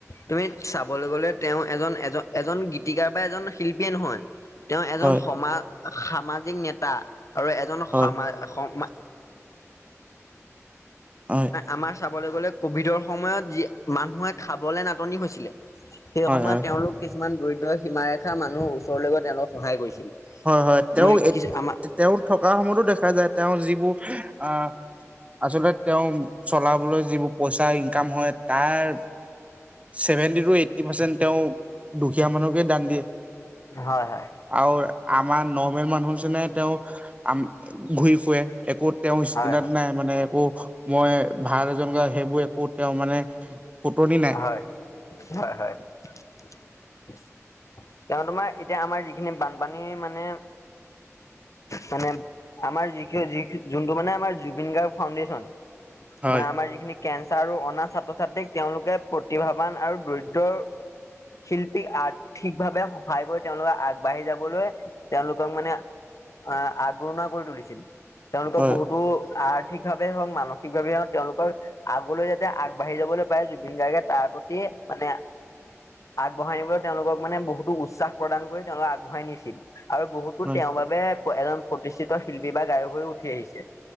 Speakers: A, on the left; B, on the right.
A: তুমি চাবলৈ গলে তেওঁ এজন এজ এজন গীতিকাৰ বা এজন শিল্পীয়ে নহয় তেওঁ এজন
B: হয়
A: সমাজ সামাজিক নেতা আৰু এজন
B: হয়
A: সমা খন
B: হয়।
A: আমাৰ চাবলৈ গ'লে কভিডৰ সময়ত যি মানুহে খাবলে নাটনি হৈছিলে সেই
B: হয়
A: সময়ত
B: হয়।
A: তেওঁলোক কিছুমান দৰিদ্ৰ সীমাৰেখা মানুহৰ ওচৰলৈ গৈ তেওঁলোক সহায় কৰিছিল
B: হয় হয় তেওঁ
A: তোমাৰ কিছু আমাৰ
B: তেওঁ থকা সময়তো দেখা যায় তেওঁ যিবোৰ আহ আচলতে তেওঁ চলাবলৈ যিবোৰ পইচা ইনকাম হয় তাৰ চছেভেন্টি টু এইটি পাৰ্চেণ্ট তেওঁ দুখীয়া মানুহকে দান দিয়ে
A: হয় হয়
B: আৰু আমাৰ নৰ্মেল মানুহ যেনে তেওঁ ঘূৰি ফুৰে একো তেওঁ সচিনাত
A: হয় হয়
B: নাই মানে একো মই ভাল এজন গ সেইবোৰ একো তেওঁ মানে পুতনী
A: হয় হয় হয় তেওঁ তোমাৰ এতিয়া আমাৰ যিখিনি বানপানী মানে মানে আমাৰ যি যি যোনটো মানে আমাৰ জুবিন গাৰ্গ ফাউণ্ডেশ্যন
B: হয়
A: মানে আমাৰ যিখিনি কেঞ্চাৰ আৰু অনা ছাত্ৰ ছাত্ৰীক তেওঁলোকে প্ৰতিভাবন আৰু দৰিদ্ৰ শিল্পীক আৰ্থিকভাৱে সহায় কৰি তেওঁলোকে আগবাঢ়ি যাবলৈ তেওঁলোকক মানে আহ আগৰণা কৰি তুলিছিল তেওঁলোকক
B: হয়
A: বহুতো আৰ্থিক ভাৱে হওক মানসিক ভাৱে হওক তেওঁলোকৰ আগলৈ যাতে আগবাঢ়ি যাবলৈ পাৰে জুবিন গাৰ্গে তাৰ প্ৰতি মানে আগবঢ়াই নিবলৈ তেওঁলোকক মানে বহুতো উচ্চাহ প্ৰদান কৰি তেওঁলোকক আগবঢ়াই নিছিল আৰু বহুত
B: হয়
A: তেওঁৰ বাবে এজন প্ৰতিষ্ঠিত শিল্পী বা গায়ক হৈ উঠি আহিছে